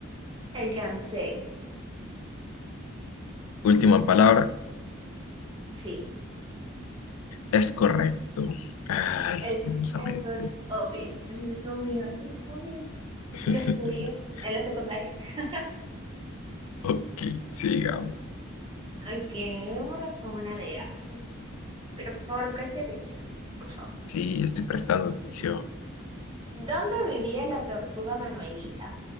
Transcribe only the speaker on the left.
Última palabra,
es correcto. Ah,
lastimosamente.
<laughs>
Ok, sigamos.
Sí, estoy prestando atención.